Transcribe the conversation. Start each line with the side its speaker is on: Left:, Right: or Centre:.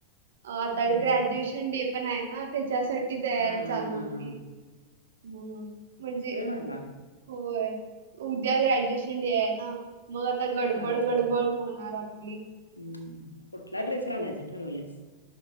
Right: आता
Left: हम्म
Right: ग्रॅज्युएशन
Left: हम्म
Right: डे पण आहे ना त्याच्यासाठी ी तयारी
Left: हा हा
Right: चालू
Left: हा
Right: होती
Left: हा
Right: ह म्हणजे
Left: हला.
Right: होय उद्या ग्रॅज्युएशन डे आहे ना. मग आता गडबड
Left: अरे
Right: गडबड
Left: वा
Right: होणार आपली
Left: हम्म कुठला ड्रेस घालायचा ठरवल्यास.